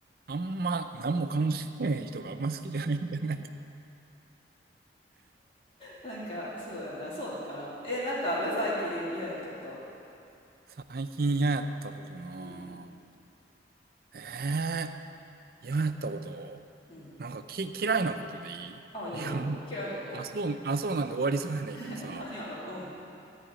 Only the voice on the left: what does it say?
なんか、そうやな、そうなんかな。え、なんかある最近嫌やったこと。
うん。
うん。
あ、いいよ。嫌いなこと。
<laughs> え何やろうん。